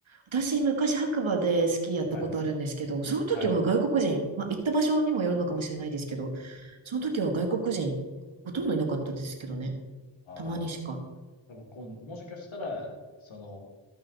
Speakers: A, on the right; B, on the left.
A: 私、昔白馬でスキーやったことあるんですけど、
B: はい。
A: その時は外国人、
B: はい。
A: まあ、行った場所にもよるのかもしれないですけど、その時は外国人、ほとんどいなかったですけどね。
B: ああ、
A: たまにしか。
B: じゃあ、僕、こうもしかしたら、その、